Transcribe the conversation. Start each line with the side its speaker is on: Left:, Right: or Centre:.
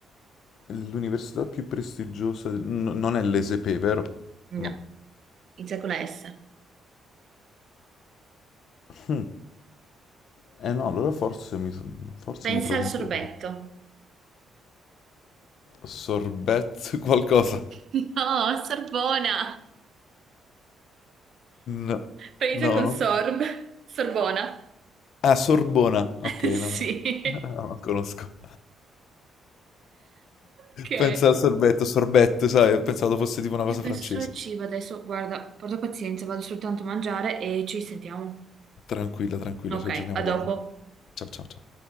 Left: l'università più prestigiosa n- non è l'ESP, vero?
Right: No,
Left: No.
Right: inizia con la S.
Left: Hmm. Eh no, allora forse mi, forse
Right: Pensa
Left: mi trovo
Right: al
Left: impreparato.
Right: sorbetto.
Left: Sorbet qualcosa.
Right: <laughs> No, Sorbona.
Left: No,
Right: Inizia
Left: no,
Right: con
Left: no.
Right: sorb. Sorbona.
Left: Ah, Sorbona. Ok,
Right: <laughs>
Left: no, no,
Right: Sì.
Left: <laughs> No, non conosco.
Right: Ok.
Left: Pensa al sorbetto, sorbetto, sai, pensavo fosse tipo una cosa
Right: Io penso
Left: francese.
Right: solo al cibo adesso. Guarda, porta pazienza, vado soltanto a mangiare e ci sentiamo.
Left: Tranquilla, tranquilla,
Right: Ok,
Left: ci aggiorniamo
Right: a dopo.
Left: dopo. Ciao, ciao, ciao.